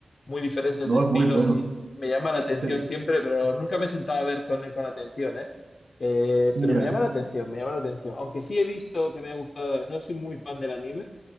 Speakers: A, on the left (about 75°); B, on the right (about 75°).
A: muy diferentes
B: No,
A: de estilos
B: es muy bueno.
A: y me llama la atención
B: Sí,
A: siempre, pero nunca me he sentado a ver con él con atención, ¿eh? Eh,
B: ya,
A: pero me llama la atención, me llama la atención. Aunque sí he visto que me ha gustado, no soy muy fan del anime,